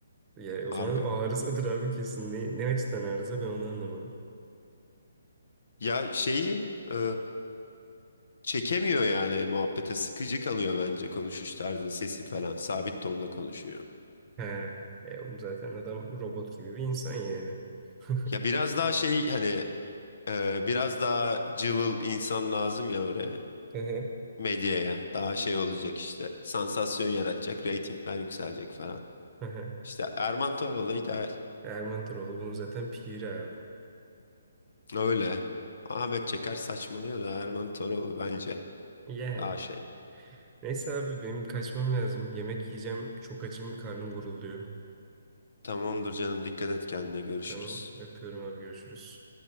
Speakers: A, on the right (about 20°); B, on the left (about 60°).
A: Ya
B: Harbi.
A: o zaman arızadır abi kesin. Ne, ne açıdan arıza ben onu anlamadım.
B: Ya şeyi e, çekemiyor yani muhabbete. Sıkıcı kalıyor bence konuşuş tarzı, sesi falan. Sabit tonla konuşuyor.
A: He. E, oğlum zaten adam robot gibi bir insan yani. <laughs>
B: Ya biraz daha şey hani e, biraz daha cıvıl insan lazım ya oraya.
A: Hı hı.
B: Medyaya. Daha şey olacak işte. Sansasyon yaratacak, reytingler yükselecek falan.
A: Hı hı.
B: İşte Erman Toroğlu ideal.
A: Erman Toroğlu bunu zaten piri abi.
B: Öyle. Ahmet Çeker saçmalıyor da Erman Toroğlu bence
A: Yani.
B: daha şey.
A: Neyse abi benim kaçmam lazım. Yemek yiyeceğim. Çok açım, karnım gurulduyor.
B: Tamamdır canım dikkat et kendine görüşürüz.
A: Tamam, öpüyorum abi görüşürüz.